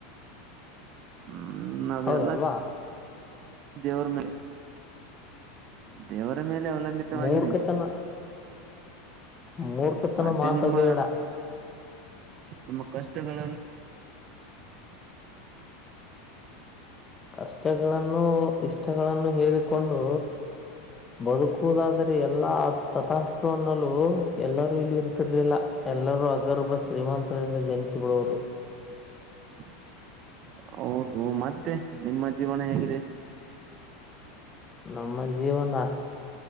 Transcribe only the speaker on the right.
ಹ್ಮ್ ನಾವ್
ಎಲ್ಲಾ ದೇವರ ಮ ದೇವರ ಮೇಲೆ ಅವಲಂಬಿತವಾಗಿರಿ
ಮತ್ತೆ
ನಿಮ್ಮ
ನಿಮ್ಮ ಕಷ್ಟಗಳನ್ನು
<inaudible> ಹೌದು ಮತ್ತೆ ನಿಮ್ಮ ಜೀವನ ಹೇಗಿದೆ